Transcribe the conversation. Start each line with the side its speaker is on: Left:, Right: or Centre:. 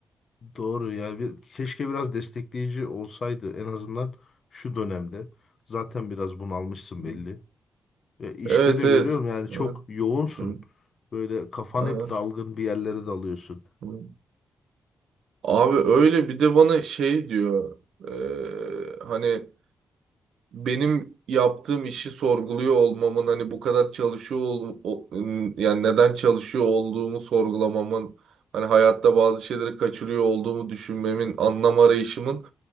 Left: Doğru yani bir, keşke biraz destekleyici olsaydı en azından şu dönemde. Zaten biraz bunalmışsın belli.
Right: Hı.
Left: E, işte
Right: Evet
Left: de
Right: evet.
Left: görüyorum yani
Right: Ha,
Left: çok yoğunsun.
Right: hı,
Left: Böyle kafan
Right: ha,
Left: hep dalgın bir yerlere dalıyorsun.
Right: hı. Abi öyle bir de bana şey diyor. Ee, hani benim yaptığım işi sorguluyor olmamın hani bu kadar çalışıyor ol, o- yani neden çalışıyor olduğumu sorgulamamın hani hayatta bazı şeyleri kaçırıyor olduğumu düşünmemin anlam arayışımın